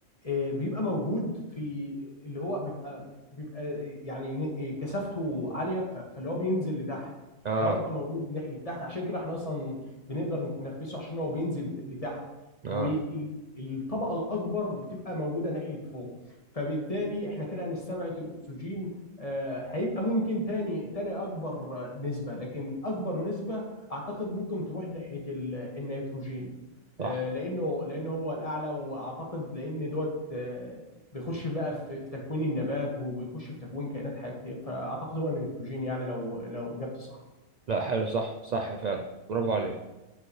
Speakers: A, on the left (about 25°); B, on the right (about 65°).
A: آه بيبقى موجود في اللي هو بيبقى بيبقى آه، يعني ن- آه، كثافته عاليه ف- فاللي هو بينزل لتحت
B: اه
A: يعني هو بيبقى موجود ناحيه تحت عشان كده احنا اصلا بنقدر نتنفسه عشان هو بينزل لتحت
B: اه
A: والطبقه الاكبر بتبقى موجوده ناحيه فوق فبالتالي احنا كده هنستبعد الاكسجين آه، هيبقى ممكن تاني تاني اكبر نسبه لكن اكبر نسبه اعتقد ممكن تروح ناحيه ال- النيتروجين
B: صح
A: آه، لانه لانه هو الاعلى واعتقد لان دوت آه، بيخش بقى في في تكوين النبات وبيخش في تكوين كائنات حيه كتير فاعتقد هو النيتروجين يعني لو لو اجابتي صح
B: لا حلو صح صح فعلا برافو عليك